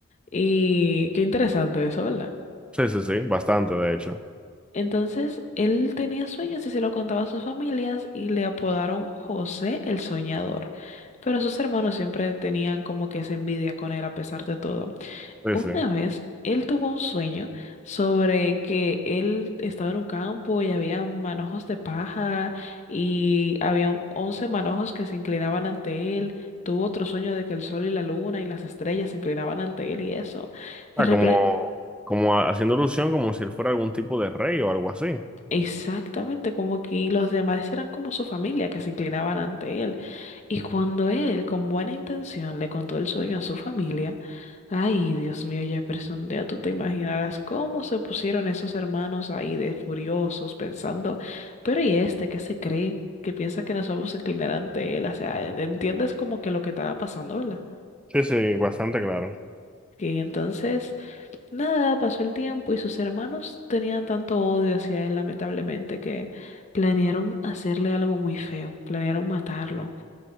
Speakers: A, on the left; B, in the centre.
A: Y qué interesante eso, ¿verdad?
B: Sí, sí, sí, bastante de hecho.
A: Entonces, él tenía sueños y se lo contaba a sus familias y le apodaron José el Soñador. Pero sus hermanos siempre tenían como que esa envidia con él a pesar de todo.
B: Sí,
A: Una
B: sí.
A: vez él tuvo un sueño sobre que él estaba en un campo y había manojos de paja y había 11 manojos que se inclinaban ante él. Tuvo otro sueño de que el sol y la luna y las estrellas se inclinaban ante él y eso. En,
B: sea,
A: repre-
B: como, como haciendo ilusión como si él fuera algún tipo de rey o algo así.
A: Exactamente, como que los demás eran como su familia que se inclinaban ante él. Y cuando él, con buena intención, le contó el sueño a su familia, ay, Dios mío, Jefferson, ya tú te imaginarás cómo se pusieron esos hermanos ahí de furiosos, pensando, pero ¿y este qué se cree? Que piensa que nos vamos a inclinar ante él. O sea, entiendes como que lo que estaba pasando, ¿verdad?
B: Sí, sí, bastante claro.
A: Y entonces... Nada, pasó el tiempo y sus hermanos tenían tanto odio hacia él, lamentablemente, que planearon hacerle algo muy feo, planearon matarlo.